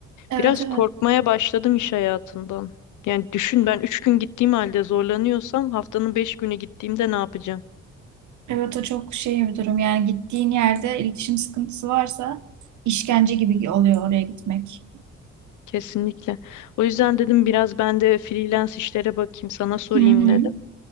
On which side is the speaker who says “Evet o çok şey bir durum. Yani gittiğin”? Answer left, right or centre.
Right